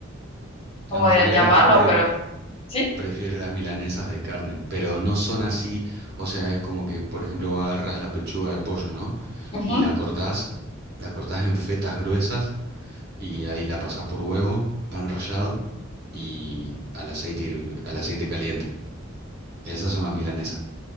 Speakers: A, on the left; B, on the right.
A: cómo
B: la mayoría
A: de- llamarlo,
B: de la gente
A: pero sí.
B: prefiere las milanesas de carne, pero no son así. O sea, es como que, por ejemplo, vos agarrás la pechuga de pollo, ¿no?
A: Ujú.
B: Y la cortás, la cortás en fetas gruesas y ahí la pasás por huevo, pan rallado y al aceite, hirv- al aceite caliente. Esas son las milanesas.